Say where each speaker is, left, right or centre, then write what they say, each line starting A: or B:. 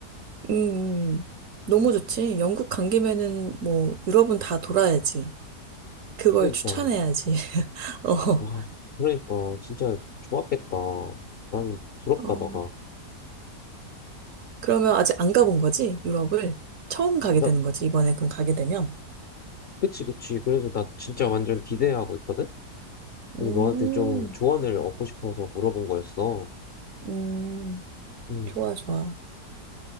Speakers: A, on the right; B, on the left.
A: 음, 음. 너무 좋지. 영국 간 김에는 뭐 유럽은 다 돌아야지. 그걸
B: 그러니까,
A: 추천해야지. 어,
B: 아, 그러니까, 진짜 좋았겠다. 난 부럽다,
A: 어,
B: 너가.
A: 그러면 아직 안 가본 거지? 유럽을? 처음 가게
B: 나,
A: 되는 거지, 이번에 그럼 가게 되면?
B: 그치, 그치. 그래서 나 진짜 완전 기대하고 있거든?
A: 음,
B: 그래서 너한테 좀 조언을 얻고 싶어서 물어본 거였어.
A: 음,
B: 음.
A: 좋아, 좋아.